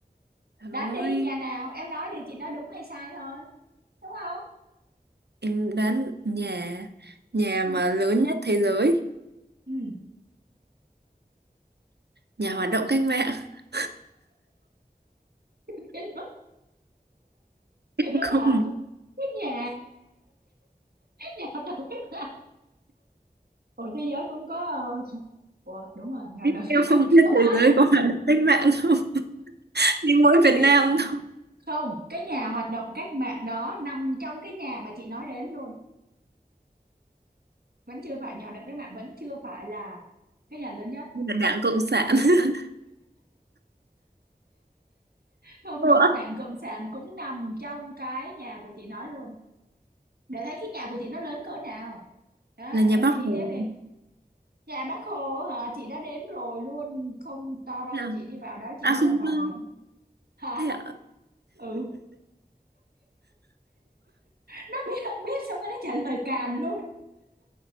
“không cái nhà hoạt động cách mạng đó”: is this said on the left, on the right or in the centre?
Right